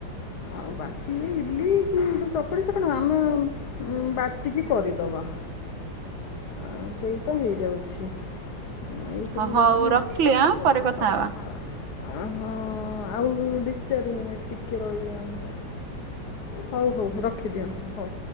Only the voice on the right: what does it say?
ହ ହଉ
ରଖିଲି
ଆଁ ପରେ କଥା ହବା।